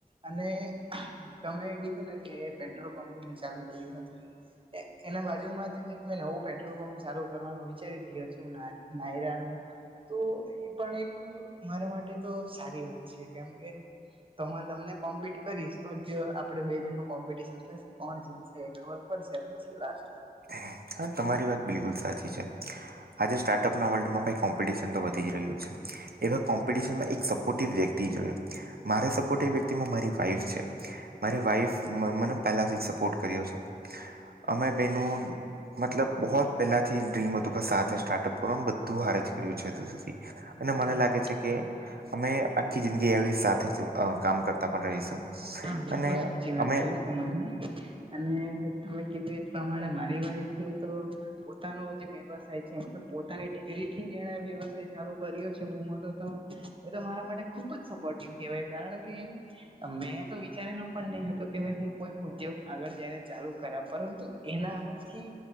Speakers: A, on the right; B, on the right.
A: અને તમે કીધું ને કે પેટ્રોલપંપ મેં ચાલુ કર્યું હતું. એ એના બાજુમાં જ એક મેં નવું પેટ્રોલપંપ ચાલુ કરવાનું વિચારી રહ્યો છું ના નાયરાનું. તો ઈ પણ એક મારા માટે તો સારી વાત છે. કેમ કે તમ તમને કોમ્પિટ કરીશ તો જ આપણે બે જણનું કોમ્પિટશન થશે કોણ જીતશે એ ખબર પડશે. પછી લાસ્ટમાં.
B: હા તમારી વાત બિલકુલ સાચી છે. આજે સ્ટાર્ટઅપના વર્લ્ડમાં ભઈ કોમ્પિટિશન તો વધી જ રહ્યું છે. એવા કોમ્પિટિશનમાં એક સપોટીવ વ્યક્તિ જોયે. મારા સપોટીવ વ્યક્તિમાં મારી વાઈફ છે. મારી વાઈફ મ મને પેલાથી સપોર્ટ કર્યો છે. અમે બેનું હમ મતલબ બહોત પહેલાથી ડ્રીમ હતું કે સાથે સ્ટાર્ટઅપ કરું આમ બધ બધું હારેજ કર્યું છે તુ સુધી. અને મને
A: હા
B: લાગે છે કે અમે આખી જિંદગી એવી સાથે જ અ કામ કરતા પણ રહીશું.
A: હા બિલકુલ
B: અને
A: સાચી વાત
B: અમે
A: છે તમારી. અને તમે કીધું એ જ પ્રમાણે મારી વાઈફ એવું તો પોતાનો જે વ્યવસાય છે. મતલબ પોતાની ડિગ્રીથી જ એણે વ્યવસાય ચાલુ કર્યો છે બહુ મોટો તો એ તો મારા માટે ખુબ જ સપોર્ટિવ કહેવાય કારણ કે મેં તો વિચારેલું પણ નહી હતું કે મેં હું કોઈ ઉદ્યોગ આગળ જઈને ચાલુ કરા પરંતુ એના આવાથી